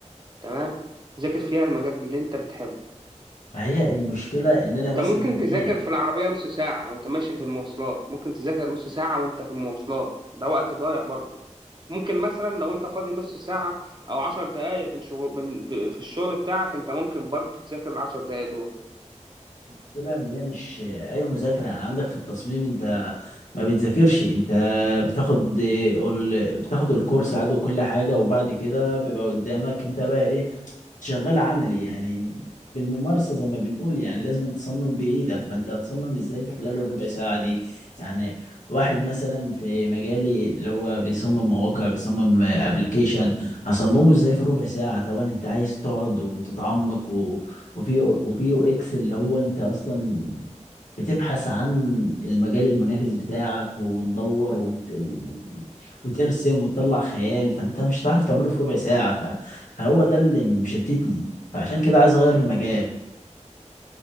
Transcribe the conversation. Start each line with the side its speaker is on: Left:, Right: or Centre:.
Right: تمام ذاكر فيها المجال اللي انت بتحبه
Left: هي المشكله ان انا
Right: انت
Left: مثلا
Right: ممكن تذاكر
Left: ايه يعني
Right: في العربية نص ساعة وانت ماشي في المواصلات ممكن تذاكر نص ساعة وانت في المواصلات ده وقت ضايع برضه ممكن مثلا لو انت فاضي نص ساعة او عشر دقايق من شغل من في, في الشغل بتاعك انت ممكن برضه تذاكر العشر دقايق دول
Left: المشكله ان هي مش اي مذاكره يعني عندك في التصميم انت ما بتذاكرش انت بتاخد ال- بتاخد الكورس عادي وكل حاجه وبعد كده بيبقى قدامك انت بقى ايه شغال عملي يعني بالممارسة زي ما بنقول يعني لازم تصمم بإيدك فأنت هتصمم إزاي في خلال الربع ساعة دي يعني واحد مثلا في مجالي اللي هو بيصمم مواقع بيصمم ابلكيشن هصممه إزاي في ربع ساعة طبعا أنت عايز تقعد وتتعمق و... وفي وفي يو إكس اللي هو أنت أصلا بتبحث عن المجال المنافس بتاعك وتدور وت... و... وترسم وتطلع خيال فأنت مش هتعرف تعمله في ربع ساعة ف... فهو ده اللي مشتتني فعشان كده عايز اغير المجال